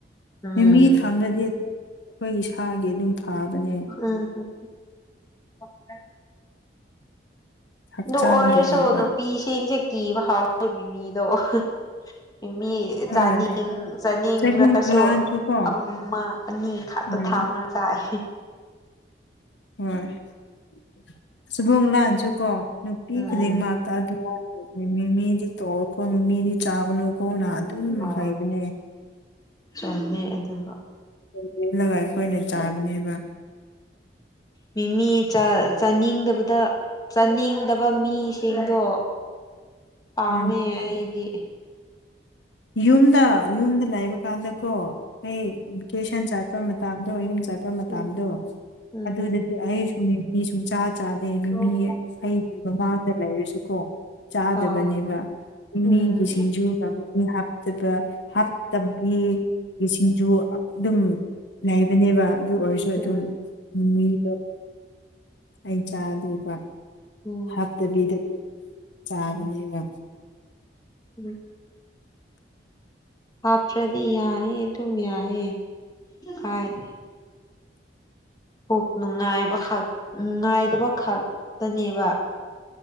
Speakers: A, on the left; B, on the left.
A: ꯎꯝ
B: ꯃꯤꯃꯤ ꯊꯝꯗ꯭ꯔꯥꯗꯤ ꯑꯩꯈꯣꯏ ꯏꯁꯥꯒꯤ ꯑꯗꯨꯝ ꯊꯥꯕꯅꯦ
A: ꯎꯝ <unintelligible> <inaudible>
B: ꯍꯛꯆꯥꯡꯒꯤ
A: ꯑꯗꯨ ꯑꯣꯏꯔꯁꯨ
B: ꯍꯩꯕ
A: ꯅꯨꯄꯤꯁꯤꯡꯁꯦ ꯀꯤꯕ ꯍꯧꯔꯦ ꯃꯤꯃꯤꯗꯣ ꯑꯍꯥ ꯃꯤ
B: ꯍꯣꯏ
A: ꯆꯥꯅꯤꯡ ꯆꯥꯅꯤꯡꯔꯁꯨ
B: ꯆꯩꯕꯨꯡ ꯂꯥꯟꯁꯨ ꯀꯣ
A: ꯑꯃ ꯑꯅꯤ ꯈꯛꯇ
B: ꯎꯝ
A: ꯊꯥꯡꯔꯒ ꯆꯥꯏꯑꯦ <inaudible>
B: ꯍꯣꯏ <unintelligible>
A: ꯎꯝ
B: <unintelligible> ꯃꯤꯃꯤꯗꯤ ꯆꯥꯒꯅꯨꯀꯣꯅ ꯑꯗꯨꯝ
A: ꯑ
B: ꯍꯥꯏꯕꯅꯦ
A: ꯆꯨꯝꯃꯦ ꯑꯗꯨꯝꯕ
B: <unintelligible> ꯑꯈꯣꯏꯅ ꯆꯥꯕꯅꯦꯕ
A: ꯃꯤꯃꯤ ꯆꯥ ꯆꯥꯅꯤꯡꯗꯕꯗ ꯆꯥꯅꯤꯡꯗꯕ ꯃꯤꯁꯤꯡꯗꯣ ꯄꯥꯝꯃꯦ
B: ꯎꯝ
A: ꯑꯩꯗꯤ
B: ꯌꯨꯝꯗ ꯌꯨꯝꯗ ꯂꯩꯕ ꯀꯥꯟꯗꯀꯣ ꯑꯩ ꯚꯤꯀꯦꯁꯟ ꯆꯠꯄ ꯃꯠ ꯃꯇꯝꯗꯣ ꯌꯨꯝ ꯆꯠꯄ ꯃꯇꯝꯗꯣ
A: ꯎꯝ ꯎꯝ
B: ꯑꯗꯨꯗꯗꯤ ꯑꯩ ꯁꯨꯝ ꯃꯤ ꯃꯤ ꯁꯨꯡꯆꯥ ꯆꯥ ꯆꯥꯗꯦ ꯃꯤꯃꯤ
A: ꯎꯝ
B: ꯑꯩꯒꯤ ꯃꯃꯥꯡꯗ ꯂꯩꯔꯁꯨꯀꯣ ꯆꯥꯗꯕꯅꯦꯕ
A: ꯑꯥ
B: ꯃꯤꯃꯤꯒꯤ
A: ꯎꯝ
B: ꯁꯤꯡꯖꯨꯒ ꯑꯃꯨꯛ ꯃꯤꯃꯤ ꯍꯥꯞꯇꯕ ꯍꯥꯞꯇꯕꯤ ꯁꯤꯡꯖꯨ ꯑꯗꯨꯝ ꯂꯩꯕꯅꯦꯕ ꯑꯗꯨ ꯑꯣꯏꯔꯁꯨ
A: ꯎꯝ
B: ꯑꯗꯨꯝ ꯃꯤꯗꯣ ꯑꯩ ꯆꯥꯗꯦꯕ
A: ꯎꯝ
B: ꯍꯥꯞꯇꯕꯤꯗ ꯆꯥꯒꯅꯦꯕ
A: ꯎꯝ ꯎꯝ ꯍꯥꯞꯇ꯭ꯔꯗꯤ ꯌꯥꯏꯌꯦ ꯑꯗꯨꯝ ꯌꯥꯏꯌꯦ ꯀꯥꯏ ꯀꯣꯛꯅꯨꯡꯉꯥꯏꯕ ꯈꯛ ꯅꯨꯡꯉꯥꯏꯇꯕ ꯈꯛꯇꯅꯦꯕ